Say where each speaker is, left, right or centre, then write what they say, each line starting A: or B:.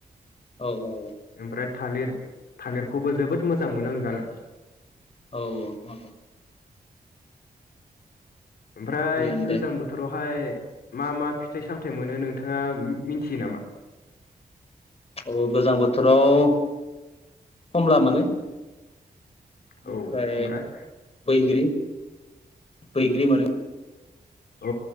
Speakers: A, on the left; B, on the left.
A: औ औ
B: ओमफ्राय थालिर थालिरखौबो जोबोद मोजां मोनो आं जानो।
A: औ औ
B: ओमफ्राय
A: थिगानो
B: गोजां
A: दे
B: बोथोराव फाय मा मा फिथाइ सामथाइ मोनो नोंथाङा मिथियो नामा
A: औ गोजां बोथोराव खमला मोनो। बेनिफ्राय
B: औ ओमफ्राय
A: बैग्रि बैग्रि मोनो
B: औ